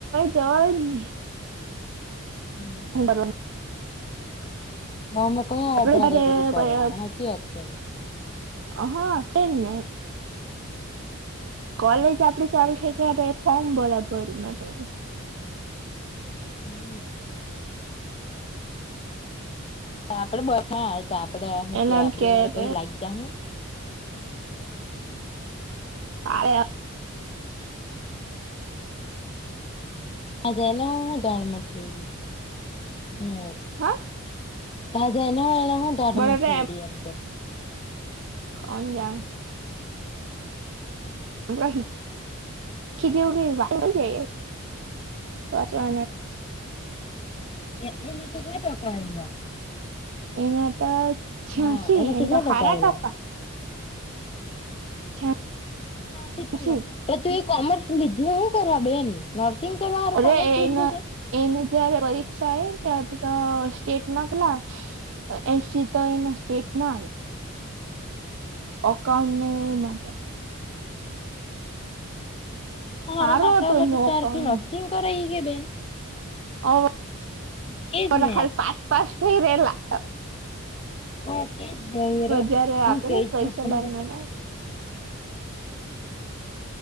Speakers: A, on the right; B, on the left.
A: જ ની
B: <inaudible>
A: <inaudible>
B: તો અમે ક્યાં
A: આપડે
B: આધારે
A: જયારે
B: પેલું કરવાના હાચી વાત છે.
A: હા તેજને કોલેજ આપડી ચાલુ થઈ ત્યારે ફોર્મ ભરાતું હોય છે.
B: <inaudible> આપડે બસ આપડે હું
A: એને
B: કે
A: એમ
B: આપડી મેરે પછી
A: થયું
B: લાગી જાહું
A: <inaudible>
B: <unintelligible> હમ્મ
A: હા
B: તા જાય એને હું ધાડ
A: બરોબર
B: મથયડી એમ
A: કોન જાણું
B: <inaudible>
A: <unintelligible> <unintelligible>
B: એ એને કેટલા ટકા આવેલા
A: એના તો છયાસી
B: હા એને
A: એના
B: કેટલા
A: તો હારા
B: આવેલા
A: ટકા <inaudible>
B: તો
A: છ્યાસી
B: તું એ કોમર્સ લીધી હું કરવા બેન નર્સિંગ કરવા હારું
A: અરે
B: કોમર્સ લીધું
A: એના
B: કે
A: એને જયારે પરીક્ષા આવે ને ત્યારે તો સ્ટેટ માં કેટલા એસી તો એને સ્ટેટમાં આવે અકાઉન્ટ ન માટે
B: આટલા
A: સારો
B: હારા માક
A: હતો
B: તો
A: એનો
B: તારથી
A: અકાઉન્ટ
B: નર્સીિંગ કરાઈ કે બેન
A: હ અમે
B: તેજ ને
A: તો ખાલી પાસ પાસ થઈ રે લા
B: હા તે જ
A: જયારે
B: હું
A: આપે
B: કઈ
A: ને પરીક્ષા
B: છું પણ
A: બારમામાં